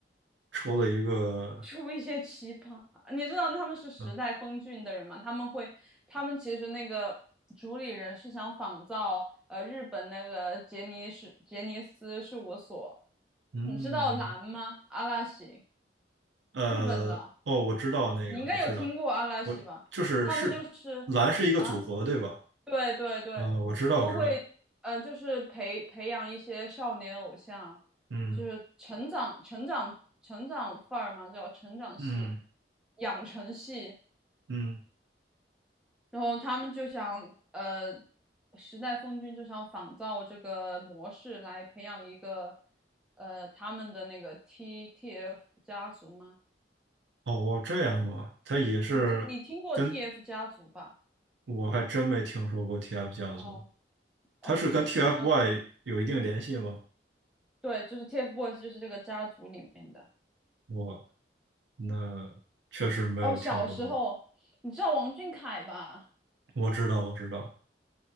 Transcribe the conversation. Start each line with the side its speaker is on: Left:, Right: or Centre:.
Right: 出了一个，
Centre: 出一些奇葩。你知道他们是时代峰峻的人吗？
Right: 嗯
Centre: 他们会，他们其实那个主理人是想仿造呃日本那个杰尼斯杰尼斯事务所，
Right: 嗯。
Centre: 你知道蓝吗？阿拉西，
Right: 呃，
Centre: 日本的，
Right: 哦，我知道那个，
Centre: 你应该有听过阿拉西吧？
Right: 我知道，我就是是蓝是一个组合，
Centre: 他们就是。啊，
Right: 对吧？
Centre: 对对对，
Right: 呃，我知道，
Centre: 他们会，
Right: 知道，
Centre: 呃，就是培培养一些少年偶像，
Right: 嗯
Centre: 就是成长成长成长范儿嘛，叫成长系、
Right: 嗯
Centre: 养成系。
Right: 嗯，
Centre: 然后他们就想，呃，时代峰峻就想仿造这个模式来培养一个，呃，他们的那个 T TF 家族吗？
Right: 哦，这样吗？它也是跟
Centre: 你听你听过 TF 家族吧？
Right: 我还真没听说过 TF 家族，
Centre: 哦哦，
Right: 它是跟
Centre: 就是他，
Right: TFBOY 有一定联系吗？
Centre: 对，就是 TFBOYS，就是这个家族里面的。
Right: 我那确实没有听说过。
Centre: 哦，小时候，你知道王俊凯吧？
Right: 我知道，我知道，